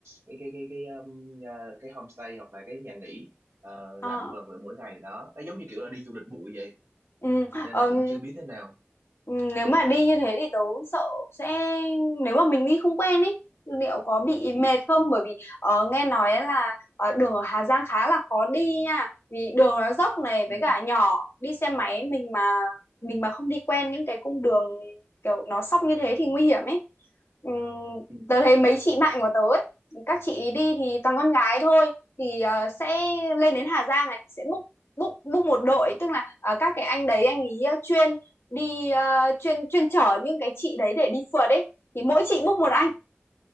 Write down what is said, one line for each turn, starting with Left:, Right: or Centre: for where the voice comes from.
Right: cái cái cái cái um, à, cái homestay hoặc là cái nhà nghỉ ờ,
Left: Ờ,
Right: lại một lần nữa mỗi ngày đó nó giống như kiểu là
Left: ừ.
Right: đi du lịch bụi vậy
Left: Ừ,
Right: nên
Left: ờm,
Right: là cũng chưa biết thế nào
Left: nếu mà đi như thế thì tớ sợ sẽ nếu mà mình đi không quen ý liệu có bị mệt không bởi vì ờ, nghe nói là ờ, đường ở Hà Giang khá là khó đi nha vì đường nó dốc này
Right: ừ.
Left: với cả nhỏ đi xe máy mình mà mình mà không đi quen những cái cung đường kiểu nó sóc như thế thì nguy hiểm ấy Ừm,
Right: ừ.
Left: tớ thấy mấy chị bạn của tớ ấy, các chị đi thì toàn con gái thôi thì ờ, sẽ lên đến Hà Giang này sẽ book book book một đội tức là ờ, các cái anh đấy anh ý ờ, chuyên đi ờ, chuyên chuyên chở những cái chị đấy để đi phượt ấy thì mỗi chị book một anh